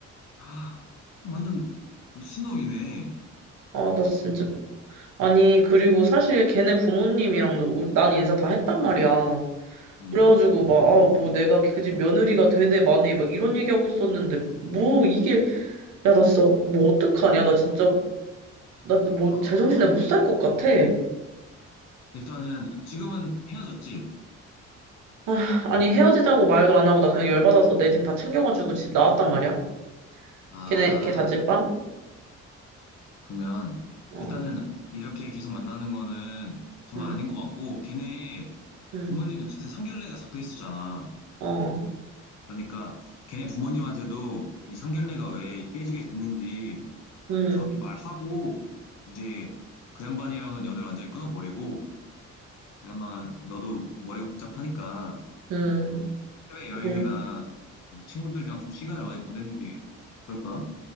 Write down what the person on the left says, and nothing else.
아, 완전 미친놈이네.
응.
아,
일단은 지금은 헤어졌지?
아,
그러면
일단은 이렇게 계속 만나는 거는 정말
아닌 것 같고 걔네
부모님 어쨌든 상견례가 잡혀 있었잖아.
그러니까 걔네 부모님한테도 이 상견례가 왜 깨지게 됐는지
정확히 말하고 이제 그 양반이랑은 연을 완전히 끊어버리고 아마 너도 좀 머리가 복잡하니까
좀 해외 여행이나
어디 친구들이랑 좀 시간을 많이 보내는 게 어떨까?